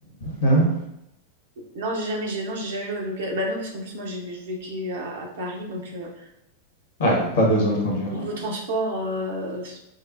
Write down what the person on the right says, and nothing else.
Non, j'ai jamais, j'ai, non, j'ai jamais eu l'occasion... Bah non, parce qu'en plus, moi, j'ai j'ai vécu à, à Paris, donc... euh,
Niveau
transport, euh, pff,